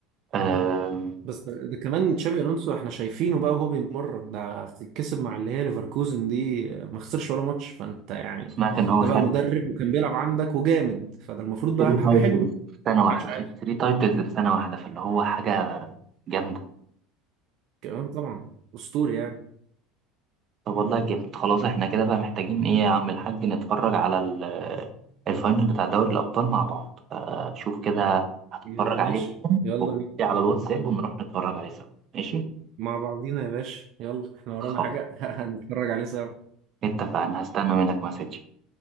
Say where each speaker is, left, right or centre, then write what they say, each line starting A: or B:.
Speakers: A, on the right; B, on the right.
A: آم،
B: مم. بس ده كمان تشابي الونسو احنا شايفينه بقى وهو بيمرن ده كسب مع اللي هي ليفركوزن دي ما خسرش ولا ماتش فانت يعني
A: سمعت إن هو
B: ده
A: خد
B: بقى مدرب وكان بيلعب عندك وجامد فده المفروض بقى
A: 3
B: حاجه
A: تايتلز
B: حلوه
A: في سنة واحدة
B: محدش
A: خد
B: عارف
A: 3 تايتلز في سنة واحدة فاللي هو حاجة جامدة
B: كمان طبعا اسطوري يعني
A: طب والله جامد خلاص احنا كده بقى محتاجين ايه يا عم الحاج نتفرج على ال- الفاينل بتاع دوري الأبطال مع بعض فشوف كده هتتفرج
B: يا ماشي
A: عليه
B: يلا بينا
A: على الواتساب ونروح نتفرج عليه سوا ماشي؟
B: مع بعضينا يا باشا يلا احنا ورانا
A: خلاص
B: حاجه <laughs> هنتفرج عليه سوا
A: اتفقنا هستنى منك مسج